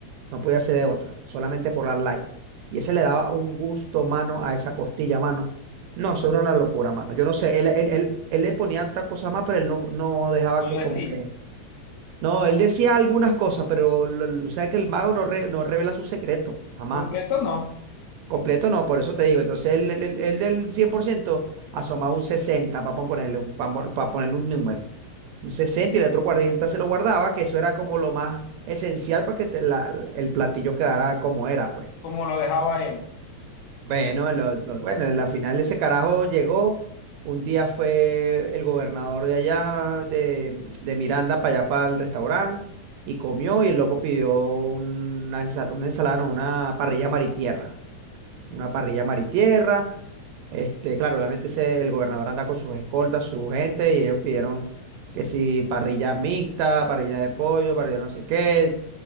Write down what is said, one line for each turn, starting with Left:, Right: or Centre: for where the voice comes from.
Right: No podía ser de otra, solamente Polar Light. Y ese le daba un gusto, mano, a esa costilla, mano. No, eso era una locura, mano. Yo no sé, él, él, él, él le ponía otra cosa más, pero él no, no dejaba
Left: Lo
Right: que
Left: decía.
Right: como que... No, él decía algunas cosas, pero lo- lo- o sea que el mago no, re- no revela su secreto, jamás.
Left: Completo no,
Right: Completo no, por eso te digo. Entonces, el, el- el- el del 100% asomaba un 60 para ponerle un, para, ponerle un número. Un 60 y el otro 40 se lo guardaba, que eso era como lo más esencial para que te la- el platillo quedara como era, pues.
Left: como lo dejaba él.
Right: Bueno, lo- lo- bueno, en la final ese carajo llegó. Un día fue el gobernador de allá, de, de Miranda, para allá, para el restaurante, y comió y el loco pidió una, ensala- una ensalada, no, una parrilla mar y tierra. Una parrilla mar y tierra este, claro, obviamente ese- el gobernador anda con sus escoltas, su gente, y ellos pidieron que si parrillas mixtas, parrilla de pollo, parrilla no sé qué,